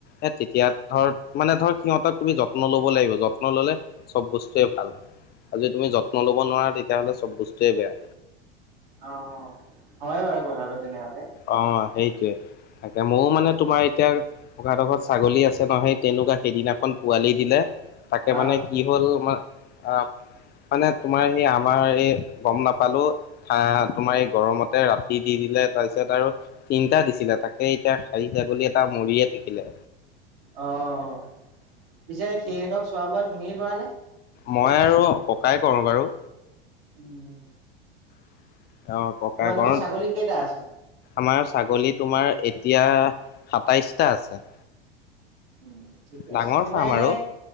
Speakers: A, on the left (about 35°); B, on the right (about 70°).
A: এ, তেতিয়া ধৰ মানে ধৰ সিহঁতক তুমি যত্ন ল'ব লাগিব, যত্ন ললে চব বস্তুৱে ভাল। যদি তুমি যত্ন লব নোৱাৰা তেতিয়াহ'লে চব বস্তুৱে বেয়া।
B: অ', হয় বাৰু কথাটো তেনেহলে।
A: অ', সেইটোৱে। তাকে ময়ো মানে তোমাৰ এতিয়া ককা হঁতৰ ঘৰত ছাগলী আছে নহয়, তেনেকুৱা সেইদিনাখন পোৱালি দিলে। তাকে
B: অ',
A: মানে কি হ'ল মই, অ' মানে তোমাৰ সেই আমাৰ এই গম নাপালো, আ, তোমাৰ এই গৰমতে ৰাতি দি দিলে তাৰপিছত আৰু তিনটা দিছিলে তাকে এতিয়া খাহী ছাগলী এটা মৰিয়ে থাকিলে।
B: অ', পিছে সিহঁতক চোৱা-বোৱা তুমিয়ে কৰা নে?
A: মই আৰু ককায়ে কৰো বাৰু।
B: উম, উম।
A: <inaudible> অ', ককা
B: তোমালোকৰ
A: ঘৰত,
B: ছাগলী কেইটা আছে?
A: আমাৰ ছাগলী তোমাৰ এত, এতিয়া সাতাইছ টা আছে।
B: উম, ঠিকে
A: ডাঙৰ
B: আছে, তোমাৰ
A: ফাৰ্ম
B: এনেই
A: আৰু